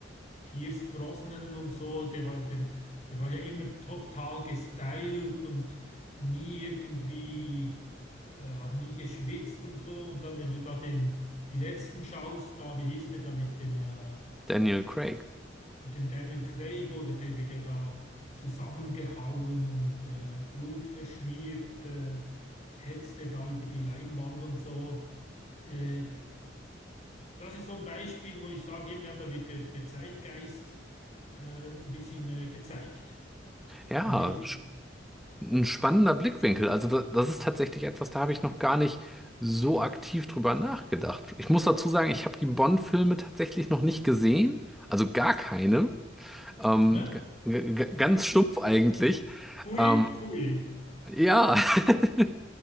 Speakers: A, on the left; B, in the centre.
A: Pierce Brosnan und so, der war, der, der war ja immer total gestylt und nie irgendwie, äh, hat nie geschwitzt und so. Und dann, wenn du da den, die letzten schaust, da, wie hieß der da mit dem, äh,
B: Daniel Craig.
A: mit dem Daniel Craig oder der wird ja da zusammengehauen und äh, Blut verschmiert, äh, hetzt er da über die Leinwand und so. Äh, das ist so ein Beispiel, wo ich sage, eben, ja, da wird der, der Zeitgeist äh, ein bisschen äh, gezeigt.
B: Ja,
A: Das ist nicht,
B: Ein spannender Blickwinkel. Also da, das ist tatsächlich etwas, da habe ich noch gar nicht so aktiv drüber nachgedacht. Ich muss dazu sagen, ich habe die Bond-Filme tatsächlich noch nicht gesehen. Also gar keine. Ähm,
A: ne?
B: g- g- g- ganz stumpf eigentlich.
A: Pfui,
B: Ähm,
A: pfui.
B: ja. <laughs>